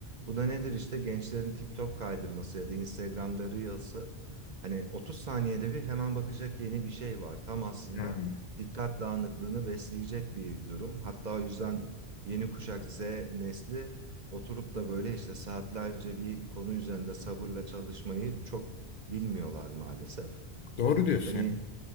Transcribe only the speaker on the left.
Hmm.
Doğru diyorsun
ya.